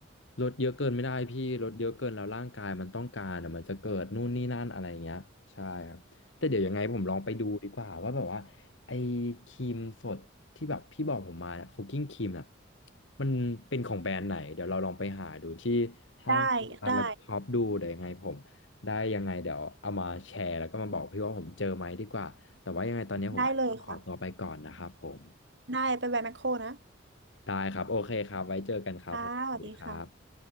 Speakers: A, on the left; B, on the right.
A: ลดเยอะเกินไม่ได้พี่ลดเยอะเกินแล้วร่างกายมันต้องการอ่ะมันจะเกิดนู่นนี่นั่นอะไรเงี้ยใช่ครับแต่เดี๋ยวยังไงผมลองไปดูดีกว่าว่าแบบว่าไอ้ครีมสด ที่แบบพี่บอกผมมาเนี่ยคุกกิ้งครีมน่ะมันเป็นของแบรนด์ไหนเดี๋ยวเราลองไปหาดูที่ห้างสรรพสินค้าแล้วก็ช็อปดูเดี๋ยวยังไงผมได้ยังไงเดี๋ยวเอามาแชร์แล้วก็มาบอกพี่ว่าผมเจอไหมดีกว่าแต่ว่ายังไงตอนนี้ผมอาจจะต้องขอตัวไปก่อนนะครับผม
B: ได้ได้ได้เลยค่ะได้ไปแวะแมคโครนะ
A: ได้ครับโอเคครับไว้เจอกันครับผมสวัสดีครับ
B: ค่ะสวัสดีค่ะ